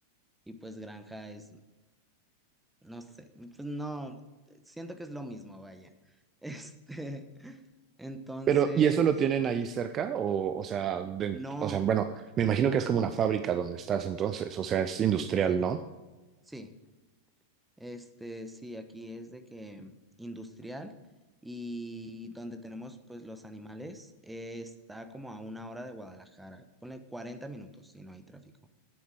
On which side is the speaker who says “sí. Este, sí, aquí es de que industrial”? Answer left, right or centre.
Centre